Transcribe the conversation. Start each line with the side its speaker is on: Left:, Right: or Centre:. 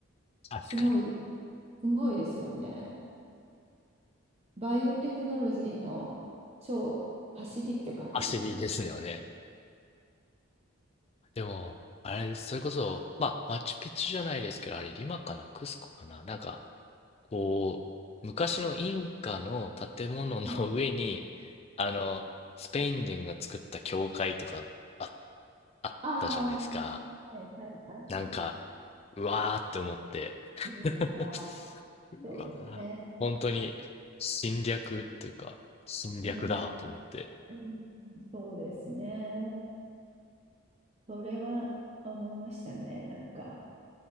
Left: 確かに。
Right: すごい、すごいですよね。バイオテクノロジーの超走りって感じですよね。
Left: 焦りですよね。でも、あれ、それこそ、まあ、マチュピチュじゃないですけど、あれ、リマかな、クスコかな、なんか、こう、昔のインカの建物の
Right: はい。
Left: <laughs> 上に、<laughs> あの、スペイン人が作った教会とかあ、あったじゃないですか。
Right: ああ、はいはいはいはい。
Left: なんか、うわーって思って。
Right: うんまあー、
Left: <laughs> うわー、
Right: そうですね。
Left: 本当に侵略っていうか、侵略だと思って。
Right: うん、うん、そうですね。それは思いましたね、なんか。